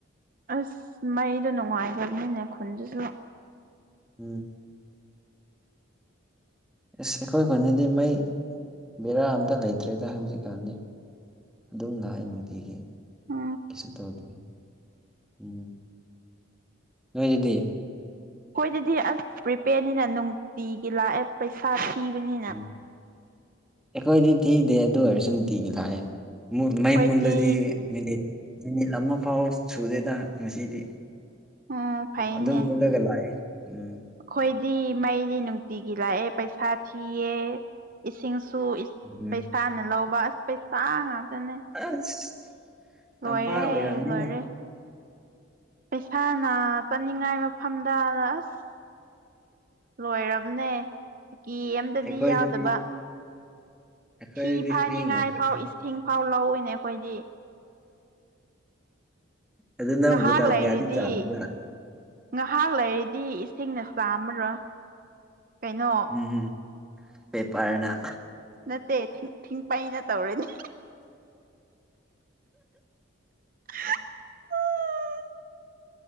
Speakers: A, on the right; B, in the centre.
A: ꯑꯁ ꯃꯩꯗꯣ ꯅꯨꯡꯉꯥꯏꯇꯕꯅꯤꯅꯦ ꯈꯨꯟꯗꯨꯁꯨ
B: ꯎꯝ ꯑꯁ ꯑꯩꯈꯣꯏ ꯈꯨꯟꯗꯤ ꯃꯩ ꯕꯦꯔꯥ ꯑꯝꯇ ꯂꯩꯇ꯭ꯔꯦꯗ ꯍꯧꯖꯤꯛꯀꯥꯟꯗꯤ ꯑꯗꯨꯝ ꯂꯥꯛ ꯑꯩ ꯅꯨꯡꯇꯤꯒꯤ
A: ꯎꯝ
B: ꯀꯩꯁꯨ ꯇꯧꯗꯦ ꯎꯝ ꯅꯣꯏꯒꯤꯗꯤ
A: ꯍꯈꯣꯏꯗꯗꯤ ꯑꯁ ꯄ꯭ꯔꯤꯄꯦꯌꯔꯅꯤꯅ ꯅꯨꯡꯇꯤꯒꯤ ꯂꯥꯛꯑꯦ ꯄꯩꯁꯥ ꯊꯤꯕꯅꯤꯅ
B: ꯎꯝ ꯑꯩꯈꯣꯏꯗꯤ ꯊꯤꯗꯦ ꯑꯗꯨ ꯑꯣꯏꯔꯁꯨ ꯅꯨꯡꯇꯤꯒꯤ ꯂꯥꯛꯑꯦ
A: ꯑꯩꯈꯣꯏꯗꯤ
B: ꯃꯩ ꯃꯨꯜꯂꯗꯤ ꯃꯤꯅꯤꯠ ꯃꯤꯅꯤꯠ ꯑꯃ ꯐꯥꯎ ꯁꯨꯗꯦꯗ ꯉꯁꯤꯗꯤ
A: ꯎꯝ ꯐꯩꯅꯦ
B: ꯑꯗꯨꯝ ꯃꯨꯜꯂꯒ ꯂꯥꯛꯑꯦ ꯎꯝ
A: ꯑꯩꯈꯣꯏꯗꯤ ꯃꯩꯗꯤ ꯅꯨꯡꯇꯤꯒꯤ ꯂꯥꯛꯑꯦ ꯄꯩꯁꯥ ꯊꯤꯌꯦ ꯏꯁꯤꯡꯁꯨ
B: ꯎꯝ
A: ꯄꯩꯁꯥꯅ ꯂꯧꯕ ꯑꯁ ꯄꯩꯁꯥ ꯉꯥꯛꯇꯅꯦ
B: ꯑꯁ
A: ꯂꯣꯏꯔꯦ
B: ꯇꯝꯄꯥꯛ ꯑꯣꯏꯔꯕꯝꯅꯤꯅꯦ
A: ꯂꯣꯏꯔꯦ ꯄꯩꯁꯥꯅ ꯆꯠꯅꯤꯡꯉꯥꯏ ꯃꯐꯝꯗ ꯑꯁ ꯂꯣꯏꯑꯥꯝꯅꯦ ꯀꯦ ꯑꯃꯗꯗꯤ
B: ꯑꯩꯈꯣꯏꯗꯗꯤ
A: ꯌꯥꯗꯕ
B: ꯑꯩꯈꯣꯏꯗꯗꯤ
A: ꯊꯤ ꯐꯥꯏꯅꯤꯉꯥꯏ
B: ꯐ꯭ꯔꯤ ꯉꯥꯛꯇꯅꯤ
A: ꯐꯥꯎ ꯏꯁꯤꯡ ꯐꯥꯎ ꯂꯧꯏꯅꯦ ꯑꯩꯈꯣꯏꯗꯤ
B: ꯑꯗꯨ ꯅꯪ
A: ꯉꯥꯏꯍꯥꯛ
B: ꯕꯣꯇꯜ
A: ꯂꯩꯔꯤꯗꯤ
B: ꯀꯌꯥꯗꯤ ꯆꯝꯕ꯭ꯔꯥ
A: ꯉꯥꯏꯍꯥꯛ ꯂꯩꯔꯤꯗꯤ ꯏꯁꯤꯡꯅ ꯆꯥꯝꯃꯔꯣꯏ ꯀꯩꯅꯣ
B: ꯎꯝ ꯄꯦꯄꯔꯅ
A: ꯅꯠꯇꯦ ꯊꯤꯡ ꯄꯥꯏꯅ ꯇꯧꯔꯅꯤ <unintelligible>